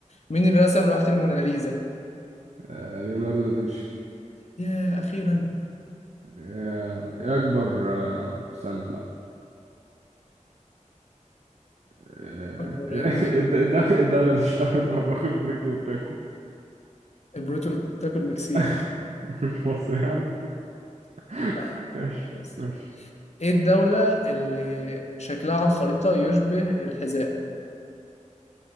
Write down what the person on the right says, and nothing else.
آه، ليوناردو دافنشي
آه، ايه اكبر آه، استنى لا آه،
<laughs> ايه
الد- الد- إيه الدولة اللي اشتهرت بمطبخ البوريتو والتاكو
<laughs> مش مصر يعني <laughs>
ماشي
ماشي